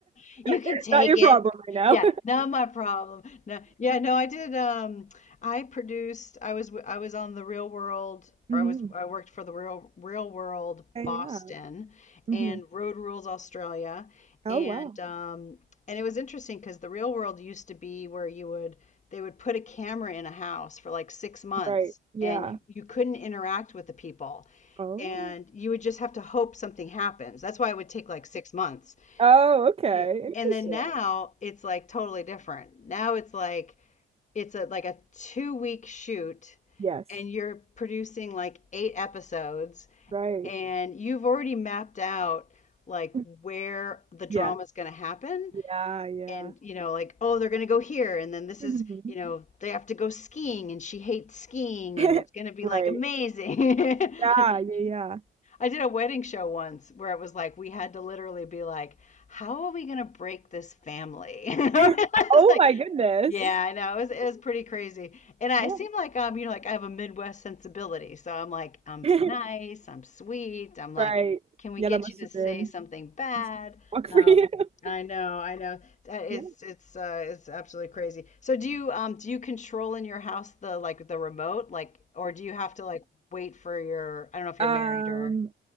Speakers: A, on the left (about 35°); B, on the right (about 30°).
A: You
B: <laughs>
A: can take
B: Not your
A: it.
B: problem right now.
A: Yeah, not my problem. No, yeah, no, I did um I produced I was w- I was on the Real World
B: <laughs>
A: or
B: hmm
A: I was I worked for the Real Real World
B: yeah.
A: Boston
B: hmm
A: and Road Rules Australia
B: Oh
A: and
B: wow.
A: um and it was interesting because the Real World used to be where you would they would put a camera in a house for like six months
B: Right. Yeah.
A: and you, you couldn't interact with the people
B: Oh.
A: and you would just have to hope something happens that's why it would take like six months
B: Oh, okay.
A: Yeah.
B: Interesting.
A: and then now it's like totally different now it's like it's a like a two week shoot
B: Yes.
A: and you're producing like eight episodes
B: Right.
A: and you've already mapped out like
B: <laughs>
A: where the drama
B: Yeah.
A: is going to happen
B: Yeah, yeah.
A: and you know like oh they're going to go here and then this
B: Mhm.
A: is you know they have to go skiing and she hates skiing
B: <laughs>
A: and it's going to be
B: Right.
A: like amazing
B: Yeah,
A: <laughs>
B: yeah,
A: i did a wedding show once where it was like we had to literally be like how are we going to break this family <laughs> It's
B: yeah. <laughs> Oh
A: like,
B: my goodness.
A: yeah, I know. It was, it was pretty crazy. And I
B: Yeah.
A: seem like um, you know, like I have a Midwest sensibility. So I'm like, I'm s-
B: <laughs>
A: nice, I'm sweet. I'm like,
B: Right.
A: can we
B: Yeah,
A: get
B: that must
A: you to
B: have
A: say
B: been
A: something bad?
B: must have been a shock
A: Um,
B: for you. <laughs>
A: I know, I know. Uh, It's
B: Yeah.
A: it's uh it's absolutely crazy. So do you um do you control in your house the like the remote like or do you have to like wait for your I don't know if you're
B: Um,
A: married or